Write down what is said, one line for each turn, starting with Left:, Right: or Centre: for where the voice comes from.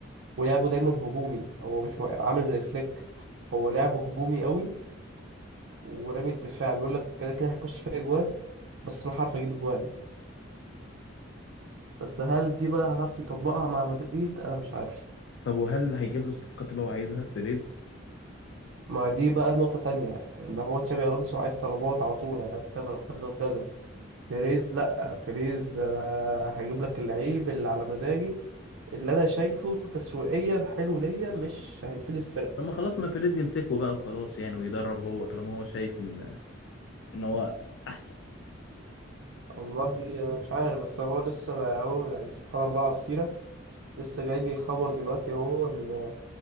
Right: ولعبه دايما هجومي هو مش م- عامل زي فليك هو لعبه هجومي قوي ورامي الدفاع بيقول لك كده كده هيخش فيها اجوان بس انا هعرف اجيب اجوان بس هل دي بقى هتعرف تطبقها مع مدريد انا مش عارف
Left: طب وهل هيجيب له الصفقات اللي هو عايزها بيريز
Right: ما دي بقى نقطة تانية ان هو تشابي الونسو عايز طلبات على طول عايز كذا وكذا وكذا بيريز لا بيريز انا هجيب لك اللعيب اللي على مزاجي اللي انا شايفه تسويقيا حلو ليا مش هيفيد الفرقة
Left: لما خلاص ما بيريز يمسكه بقى وخلاص يعني ويدرب هو طالما هو شايف ان ان هو احسن
Right: والله انا مش عارف بس هو لسه انا اهو يعني سبحان الله على السيرة لسه جاي لي خبر دلوقتي اهو ان